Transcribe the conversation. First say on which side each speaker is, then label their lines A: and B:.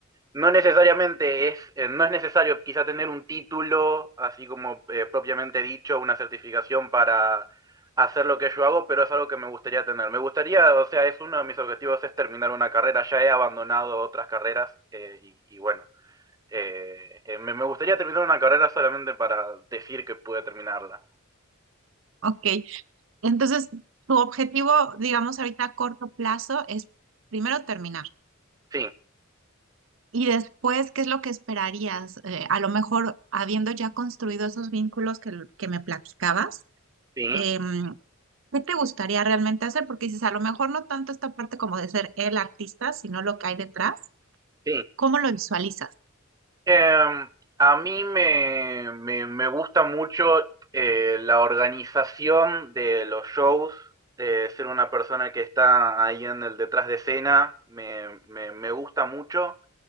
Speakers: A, on the right; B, on the right.
A: no necesariamente es, eh, no es necesario quizá tener un título, así como eh, propiamente dicho, una certificación para hacer lo que yo hago, pero es algo que me gustaría tener. Me gustaría, o sea, es uno de mis objetivos es terminar una carrera. Ya he abandonado otras carreras eh, y, y bueno, eh, eh, me, me gustaría terminar una carrera solamente para decir que pude terminarla.
B: Ok. Entonces, tu objetivo, digamos, ahorita a corto plazo es primero terminar.
A: Sí,
B: Y después, ¿qué es lo que esperarías? Eh, a lo mejor, habiendo ya construido esos vínculos que, l- que me platicabas,
A: sí,
B: em, ¿qué te gustaría realmente hacer? Porque dices, a lo mejor no tanto esta parte como de ser el artista, sino lo que hay detrás.
A: sí.
B: ¿Cómo lo visualizas?
A: Em, a mí me, me, me gusta mucho eh, la organización de los shows, eh, ser una persona que está ahí en el detrás de escena, me, me, me gusta mucho.